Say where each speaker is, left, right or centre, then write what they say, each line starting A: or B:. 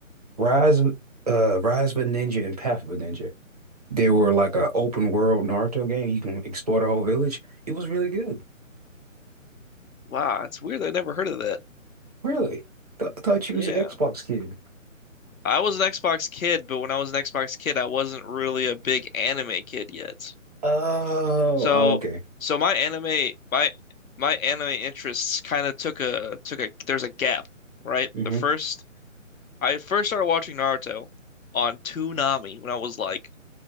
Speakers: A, on the right; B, on the left.
A: Rise uh Rise of a Ninja and Path of a Ninja. They were like a open world Naruto game. You can explore the whole village. It was really good.
B: Wow, it's weird. I never heard of that.
A: Really? Th thought you
B: Yeah.
A: was an Xbox kid.
B: I was an Xbox kid, but when I was an Xbox kid, I wasn't really a big anime kid yet.
A: Oh,
B: So,
A: oh, okay.
B: so my anime, my my anime interests kind of took a took a there's a gap, right?
A: hmm
B: The first I first started watching Naruto on Toonami when I was like